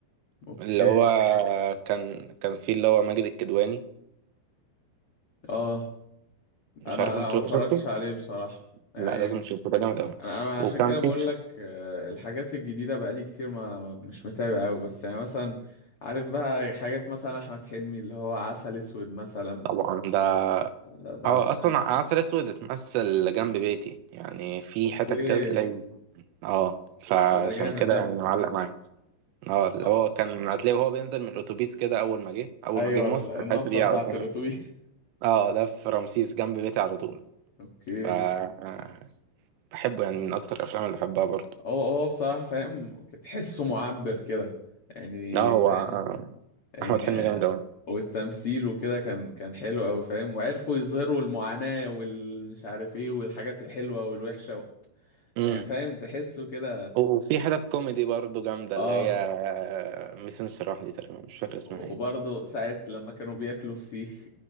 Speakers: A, on the left; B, on the right.
A: اوكي
B: اللي هو كان كان فيه اللي هو ماجد الكدواني
A: اه
B: مش
A: انا
B: عارف
A: لا
B: انت
A: ما
B: شو-
A: اتفرجتش
B: شفته
A: عليه بصراحة يعني
B: لا لازم تشوفه ده جامد قوي
A: انا انا
B: وكان
A: عشان كده
B: فيه
A: بقول لك آه الحاجات الجديدة بقالي كتير ما مش متابع قوي بس يعني مثلا عارف بقى حاجات مثلا احمد حلمي اللي هو عسل اسود مثلا
B: طبعا ده
A: ده ده
B: اه
A: فاهم
B: اصلا عسل اسود اتمثل جنب بيتي يعني في
A: اوكي
B: حتت كده تلاقي اه فعشان
A: ده ده جامد
B: كده
A: ده
B: يعني معلق معايا اه اللي
A: آه،
B: هو كان هتلاقيه وهو بينزل من الاتوبيس كده اول ما جه اول
A: ايوه
B: ما جه مصر الحته
A: النطة
B: دي
A: بتاعت
B: قدامي
A: الاتوبيس
B: اه ده في رمسيس جنب بيتي على طول
A: <laughs> اوكي
B: ف آه، بحبه يعني من اكتر الافلام اللي بحبها برضه
A: هو هو بصراحة فاهم تحسه معبر كده يعني
B: لا هو
A: فاهم
B: آه،
A: يعني
B: احمد حلمي جامد اوي
A: والتمثيل وكده كان كان حلو أوي فاهم وعرفوا يظهروا المعاناة والمش عارف ايه والحاجات الحلوة والوحشة و...
B: امم
A: يعني فاهم تحسه كده
B: وفي حتت كوميدي برضه جامده
A: اه
B: اللي هي آه، ميس انشراح دي تقريبا مش فاكر اسمها
A: وبرضه
B: ايه
A: ساعة لما كانوا بياكلوا فسيخ